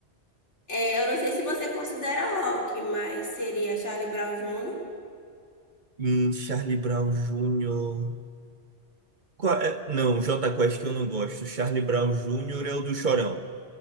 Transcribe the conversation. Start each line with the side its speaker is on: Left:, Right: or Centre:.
Left: é, eu não sei se você considera rock, mas seria Charlie Brown júnior
Right: Hum, Charlie Brown Jr. Qual é? Não, Jota Quest que eu não gosto. Charlie Brown Jr. é o do Chorão.